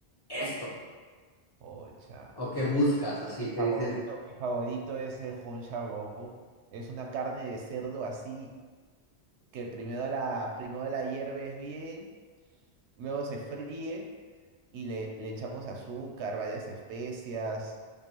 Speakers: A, on the left; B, on the right.
A: esto.
B: Ocha.
A: O que
B: Eh,
A: buscas,
B: mi
A: así
B: mi
A: que
B: favorito,
A: dices,
B: mi favorito es el Hong Roll. Es una carne de cerdo así que primero la, primero la hierves bien, luego se fríe y le, le echamos azúcar, varias especias.